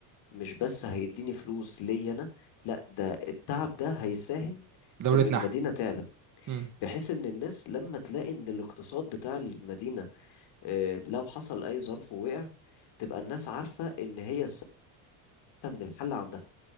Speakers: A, on the left; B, on the right.
A: مش بس هيديني فلوس ليا انا لا ده التعب ده هيساهم
B: دولتنا
A: في ان المدينة
B: احنا
A: تعلى
B: امم
A: بحيث ان الناس لما تلاقي ان الاقتصاد بتاع المدينة آه، لو حصل اي ظرف ووقع تبقى الناس عارفة ان هي السبب ان الحل عندها